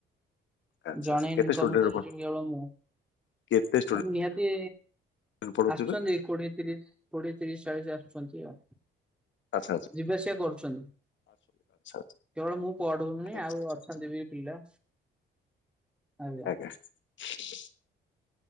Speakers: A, on the left; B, in the centre.
A: ଆଚ୍ଛା
B: ଜଣେ
A: ଆଚ୍ଛା କେତେ
B: ଇନକମ୍
A: ଷ୍ଟୁଡେଣ୍ଟ
B: କରୁଚି
A: ପଢୁ
B: କେବଳ ମୁଁ।
A: କେତେ ଷ୍ଟୁଡେଣ୍ଟ
B: ଆଉ ନିହାତି
A: ପଢୁଥିବେ
B: ଆସୁଚିନ୍ତି କୋଡିଏ ତିରିଶ୍ କୋଡିଏ, ତିରିଶ୍, ଚାଳିଶ୍ ଆସୁଚନ୍ତି ଆଉ।
A: ଆଚ୍ଛା-ଆଚ୍ଛା।
B: ଯିବା ଆସିବା କରୁଛନ୍ତି।
A: ଆଚ୍ଛା
B: କେବଳ ମୁଁ <unintelligible>
A: ଆଚ୍ଛା
B: ଆଉ
A: ଆଚ୍ଛା।
B: ଅଛନ୍ତି ବି ପିଲା। ଆଜ୍ଞା
A: <inaudible>